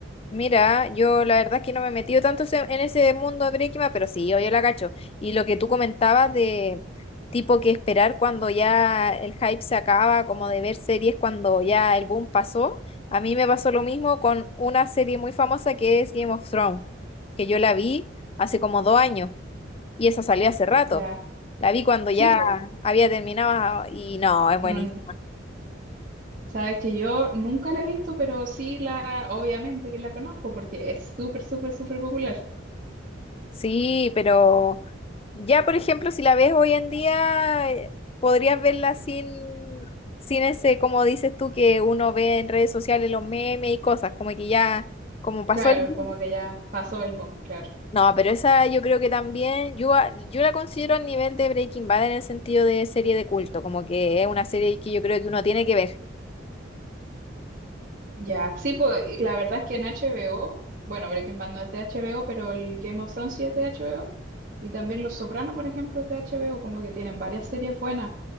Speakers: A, on the left (about 30°); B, on the right (about 45°).
A: Mira, yo la verdad es que no me he metido tanto ese- en ese mundo de Breaking Bad, pero sí, yo, yo la cacho. Y lo que tú comentabas de tipo que esperar cuando ya el hype se acaba, como de ver series cuando ya el boom pasó, a mí me pasó lo mismo con una serie muy famosa que es Game of Thrones, que yo la vi hace como dos años. Y esa salió hace rato.
B: Ya,
A: La vi cuando
B: sí,
A: ya
B: po.
A: había terminado y no, es
B: No,
A: buenísimo.
B: no, sabes que yo nunca la he visto, pero sí la, obviamente que la conozco porque es súper, súper, súper popular.
A: Sí, pero ya, por ejemplo, si la ves hoy en día, eh, podrías verla sin, sin ese, como dices tú, que uno ve en redes sociales los memes y cosas, como que ya, como pasó
B: Claro,
A: el... boom.
B: como que ya pasó el boom, claro.
A: No, pero esa yo creo que también, yo, a- yo la considero al nivel de Breaking Bad en el sentido de serie de culto, como que es una serie que yo creo que uno tiene que ver.
B: Ya, sí, pues y la verdad es que en HBO, bueno, Breaking Bad no es de HBO, pero el Game of Thrones sí es de HBO. Y también Los Sopranos, por ejemplo, es de HBO, como que tienen varias series buenas. A